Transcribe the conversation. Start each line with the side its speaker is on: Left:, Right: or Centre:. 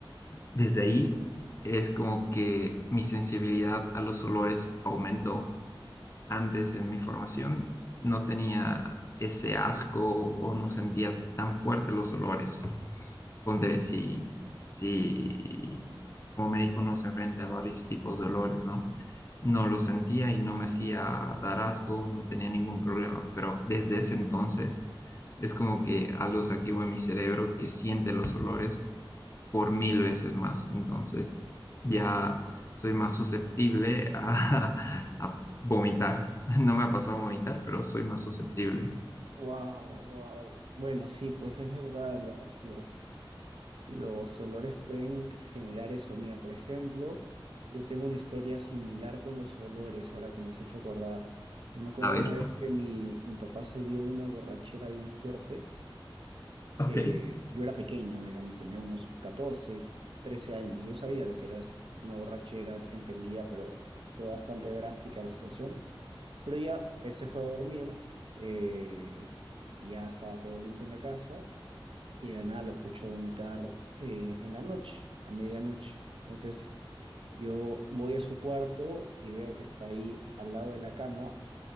Left: desde ahí es como que mi sensibilidad a los olores aumentó. Antes en mi formación no tenía ese asco o no sentía tan fuerte los olores. Ponte, si, si como médico uno se enfrenta a varios tipos de olores, ¿no? no lo sentía y no me hacía dar asco, no tenía ningún problema, pero desde ese entonces es como que algo se activó en mi cerebro que siente los olores por mil veces más, entonces ya soy más susceptible a, <laughs> a vomitar. No me ha pasado a vomitar, pero soy más susceptible.
Right: Wow, wow. Bueno, sí, pues es verdad, los, los, los olores pueden generar eso. Mira, por ejemplo, yo tengo una historia similar con los olores, ahora que me has hecho acordar. Yo me acuerdo
Left: A
Right: una
Left: ver.
Right: vez que mi, mi papá se dio una borrachera bien fuerte.
Left: Ok.
Right: eh, yo era pequeño, digamos, tenía unos 14 13 años. Yo sabía lo que era una borrachera, entendía, pero fue bastante drástica la situación. Pero ya él se fue a dormir, eh, y ya estaba todo limpio en la casa y de la nada lo escucho vomitar eh, en la noche, a medianoche. Entonces yo voy a su cuarto y veo que está ahí al lado de la cama,